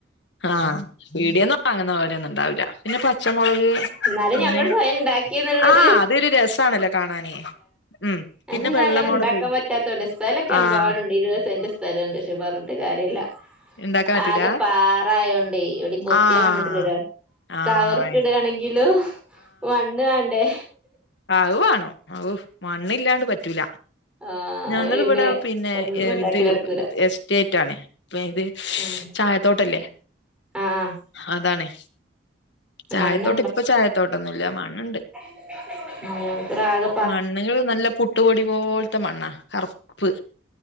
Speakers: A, on the left (about 65°); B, in the centre.
A: ആഹ് പീട്യേന്ന് വാങ്ങ്ന്ന പോലെയൊന്നും ഇണ്ടാവില്ല. പിന്നെ പച്ചമുളക്
B: എന്നാലും
A: പിന്നെ
B: ഞമ്മൾ സ്വയം ഉണ്ടാക്കിന്നുള്ളൊരു
A: ആ അതൊര് രസാണല്ലേ. കാണാനെ ഉം.
B: ഞാപിന്നെ
A: വെള്ളമുളക്
B: അങ്ങനെ ഇണ്ടാക്കാ പറ്റാത്തോണ്ടേ സ്ഥലൊക്കെ
A: ആഹ്
B: എമ്പാടുണ്ട് ഇരുവെ സെന്റ് സ് സ്ഥലണ്ട് പക്ഷെ പർഞ്ഞിട്ട് കാര്യല്ല.
A: ഉണ്ടാക്കാൻ പറ്റൂല
B: ആകെ പാറായോണ്ടെ എവിടേം കൊത്ത്യാ
A: ആഹ്
B: മണ്ണ്ട്ടൂലല്ലോ.
A: ആഹ്
B: കവർക്ക് ഇടാണെങ്കിലും മണ്ണ് വാണ്ടേ
A: അഅ് വാണം അഉ മണ്ണില്ലാണ്ട് പറ്റൂല
B: ആഹ്
A: ഞങ്ങള്‌വിടെ
B: പിന്നെ
A: പിന്നെ
B: ഒന്നും ഉണ്ടാക്കല്
A: ഇത്
B: നടക്കൂല
A: എസ്റ്റേറ്റ് ആണേ പി ഇത്
B: ആഹ്
A: ചായത്തോട്ടല്ലേ
B: ആഹ്
A: അതാണേ ചായത്തോട്ട
B: മണ്ണ്
A: ഇപ്പ ചായത്തോട്ടൊന്നും ഇല്ല മണ്ണ്ണ്ട്
B: <unintelligible> ആകം
A: മണ്ണ്ങ്ങള് നല്ല പുട്ടുപൊടി പോൽത്ത മണ്ണാ കറ് ഉപ്പ്